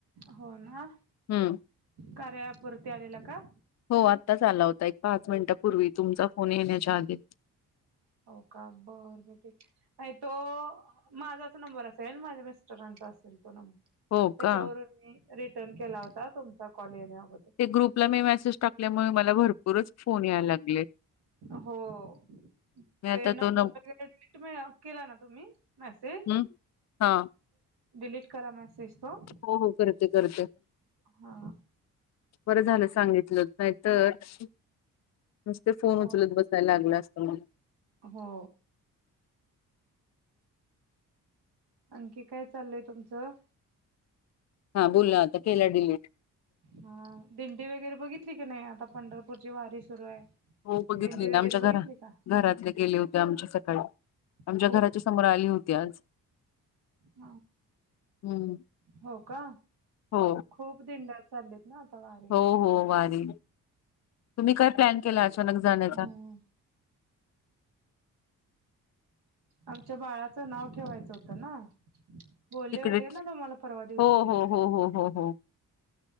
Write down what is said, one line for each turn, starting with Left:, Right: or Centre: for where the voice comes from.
Right: हो ना?
Left: हं.
Right: कार्या ऍप वरती आलेला का?
Left: हो आत्ताच आला होता. एक पाच मिनिटापूर्वी. तुमचा फोन येण्याच्या आधी.
Right: हो का? बर <unintelligible> नाही तो माझाच नंबर असेल. माझ्या मिस्टरांचा असेल तो नंबर.
Left: हो
Right: त्याच्यावरून
Left: का?
Right: मी रिटर्न केला होता. तुमचा कॉल येण्या अगो -
Left: ते ग्रुपला मी मेसेज टाकल्यामुळे, मला भरपूरच फोन यायला लागले.
Right: हो
Left: मी
Right: ते
Left: आता
Right: नंबर
Left: तो न
Right: वगैरे <unintelligible> केला ना तुम्ही मेसेज?
Left: हं हा.
Right: डिलीट करा मेसेज तो.
Left: हो हो. करते करते.
Right: हा.
Left: बरं झालं सांगितलंत. नाहीतर - ते फोन
Right: हो
Left: उचलत बसायला लागलं असतं मला
Right: हो आणखी काय चाललंय तुमचं
Left: हा बोलला आता केला डिलीट
Right: हा दिंडी वगैरे बघितली की नाही आता पंढरपूरची वारी सुरू आहे
Left: हो बघितली
Right: दिंडी वगैरे
Left: ना आमच्या
Right: बघितली
Left: घरा
Right: का
Left: घरातले गेले होते आमच्या सकाळी आमच्या
Right: खूप
Left: घराच्या समोर आली होती आज
Right: ह
Left: हम्म
Right: हो का
Left: हो
Right: खूप दिंड्या चाललेत ना आता वारीला
Left: हो हो वारी तुम्ही काय प्लॅन केला अचानक जाण्याचा
Right: हो आमच्या बाळाचं नाव ठेवायचं होतं ना बोलले
Left: तिकडे
Right: होते ना तुम्हाला परवा दिवशी
Left: हो
Right: मिळते
Left: हो हो हो हो हो